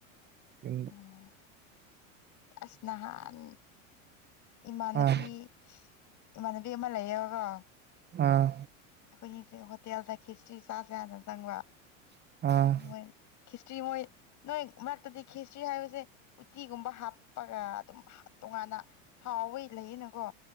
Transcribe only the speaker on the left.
ꯎꯝ ꯑꯁ ꯅꯍꯥꯟ ꯏꯃꯥꯟꯅꯕꯤ
ꯏꯃꯥꯟꯅꯕꯤ ꯑꯃ ꯂꯩꯌꯦꯕ
ꯑꯩꯈꯣꯏꯅꯤꯁꯦ ꯍꯣꯇꯦꯜꯗ ꯈꯦꯆ꯭ꯔꯤ ꯆꯥꯖ ꯍꯥꯢꯅ ꯆꯪꯕ
ꯑꯗꯨ ꯃꯣꯏ ꯈꯦꯆ꯭ꯔꯤ ꯃꯣꯏ ꯅꯣꯏ ꯃꯔꯛꯇꯗꯤ ꯈꯦꯁꯇ꯭ꯔꯤ ꯍꯥꯏꯕꯁꯦ ꯎꯇꯤꯒꯨꯝꯕ ꯍꯥꯞꯄꯔꯥ ꯑꯗꯨꯝ ꯇꯣꯉꯥꯟꯅ ꯍꯥꯎꯋꯦ ꯂꯩꯌꯦꯅꯀꯣ